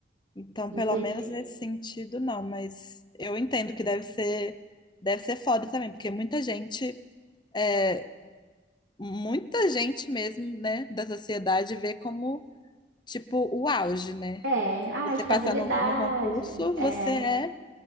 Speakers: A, on the left (about 25°); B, on the right (about 90°).
A: Então,
B: Entendi.
A: pelo menos nesse sentido, não, mas eu entendo que deve ser, deve ser foda também, porque muita gente é, muita gente mesmo, né, da sociedade vê como, tipo, o auge, né?
B: É,
A: Se
B: ah,
A: você
B: estabilidade.
A: passar no, no concurso, você
B: É.
A: é,